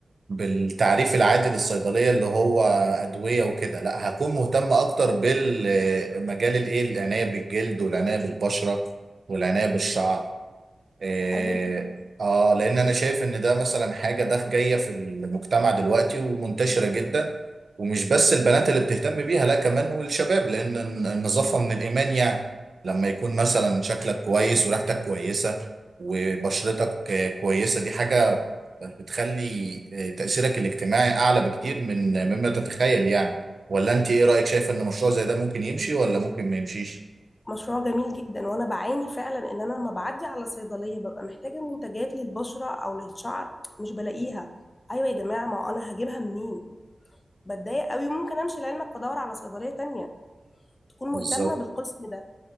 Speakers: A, on the right (about 55°); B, on the left (about 30°).
A: بالتعريف العادي للصيدليه اللي هو ادويه وكده لا هكون مهتم اكتر بالمجال الايه العنايه بالجلد والعنايه بالبشره والعنايه بالشعر إيه،
B: حلو جدا
A: اه لان انا شايف ان ده مثلا حاجه ده جايه في المجتمع دلوقتي ومنتشره جدا ومش بس البنات اللي بتهتم بيها لا كمان والشباب لان الن- النظافه من الايمان يعني لما يكون مثلا شكلك كويس وريحتك كويسه وبشرتك آه، كويسه دي حاجه بتخلي آه، تاثيرك الاجتماعي اعلى بكتير من مما تتخيل يعني ولا انت ايه رايك شايف ان مشروع زي ده ممكن يمشي ولا ممكن ما يمشيش
B: مشروع جميل جدا وأنا بعاني فعلا إن أنا لما بعدي على صيدلية ببقى محتاجة منتجات للبشرة أو للشعر مش بلاقيها أيوة يا جماعة ما أنا هجيبها منين بتضايق قوي ممكن امشي لعلمك وادور على صيدليه تانية تكون
A: بالظبط
B: مهتمه بالقسم ده